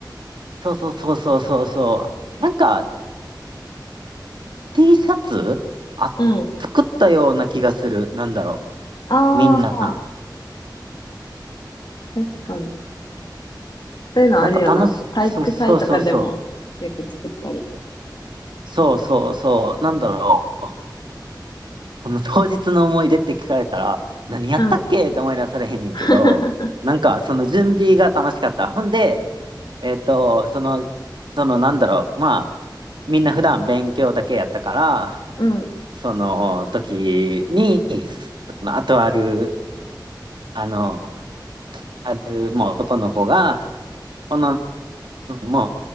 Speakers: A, on the right (about 80°); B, on the left (about 65°).
A: そうそうそうそうそうそう、なんか T シャツあ、
B: うん。
A: 作ったような気がする。なんだろ
B: あ
A: う、みんな。
B: あ、確かに。そういうのあるよな。
A: なんか楽し、
B: 体育祭とかでもよく作ったり。
A: そうそうそうそう、そうそうそう、なんだろう。この当日の思い出って聞かれたら、何やったっけって思い出されへんねんけど、
B: うん。<laughs>
A: なんかその準備が楽しかった。ほんで、えっと、その、そのなんだろう、まあ、みんな普段勉強だけやったから、
B: うん。
A: その時に、そのあとある、あの、ある、もう男の子が、この、も